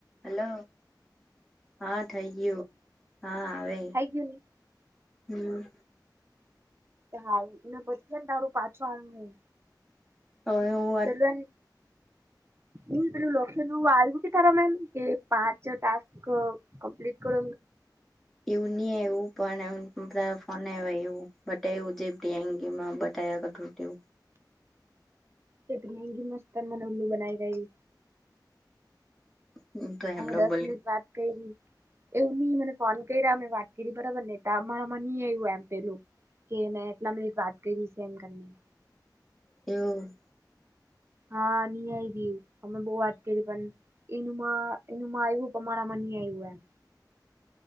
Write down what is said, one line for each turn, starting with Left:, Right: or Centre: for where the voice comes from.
Centre: Hello, હા થઈ ગયું, હા આવે.
Right: હે ગી <unintelligible>
Centre: હમ.
Right: હાલ એ પછીને તારું પાછું હાલ.
Centre: તો
Right: તેલવાન હ પેલું લોખલું આવવું ક થાર એમ કે પાંચ ટાસ્ક કમ્પ્લીટ કર
Centre: એવું નહી એવું પણ એ ફોન એવું બટવું જેમાં બટા તેઓ
Right: તેત મંગી મસ્તર મનલ્લુ બનાઈ રહી.
Centre: તેવું તો
Right: અમે
Centre: એમનો
Right: દસ
Centre: બોલ
Right: મિનિટ વાત કરી. એવું નહી મને ફોન કર્યા મેં વાત કરી બરાબર ને અમાં નઈ એવું એમ પેલું. કે મેં એટલા મિનિટ વાત કરી સ એમની.
Centre: એવું?
Right: હા નહી આય બી અમે બહ વાત કરી પણ એનું મા એનું મા આવવું પણમારા મની આયવું એમ.